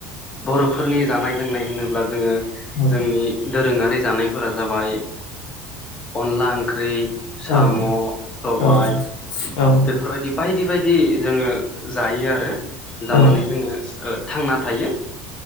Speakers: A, on the left; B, on the left.
A: बर'फोरनि जानाय लोंनाय होनोब्ला जोङो
B: औ
A: जोंनि दोरोङा ओंख्रि जानायफोरा जाबाय अनला ओंख्रि
B: औ
A: साम' सबायाइ
B: औ औ
A: बेफोरबायदि बायदि बायदि जोङो जायो आरो जानानै
B: औ
A: जोङो थांना थायो